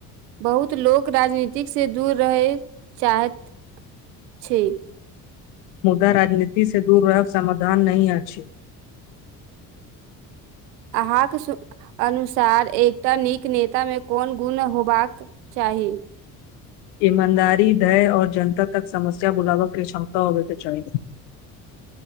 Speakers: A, on the right; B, on the left.
A: बहुत लोक राजनीतिकसँ दूर रहय चाहैत छै।
B: मुदा राजनीति से दूर रहब समाधान नहि अछि।
A: अहाँक अनुसार एकटा नीक नेतामे कोन गुण होबाक चाही।
B: ईमानदारी धय आर जनता तक समस्या बुलावकके क्षमता होबे त चाह